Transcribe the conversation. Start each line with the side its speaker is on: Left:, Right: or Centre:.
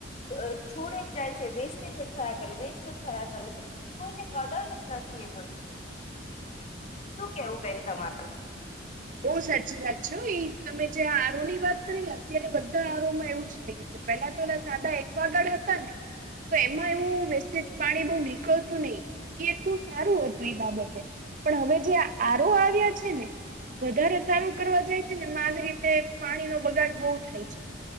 Left: - છોડે જ જાય છે વેસ્ટેજ જ થયા કરે વેસ્ટ જ થયા કરે છે કોઈને કદર- - નથી એ વસ્તુ શું કેવું બેન તમારે?
Right: બહ સાચી વાત છે એ તમે જે આરો ની વાત કરી ને અત્યારે બધા આરો માં એવું જ થઈ ગય- - પેલા તો એ સાદા એકવાગળ હતા ને- - તો એમાં એવું વ્યસ્જ પાણી બહ નીકળતું નહી. એ એટલું સારું હતું એ બાબતે પણ હવે જે આરો આવ્યા છે ને- - વધારે સારું કરવા જાય છે ને એ આવી રીતે પાણી નો બગાડ બહુ થાય છે- -